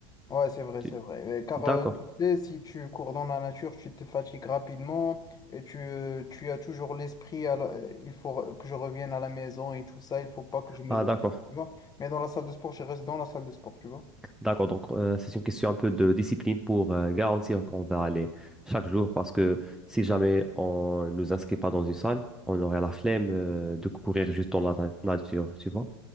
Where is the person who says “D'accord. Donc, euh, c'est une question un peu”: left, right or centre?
Centre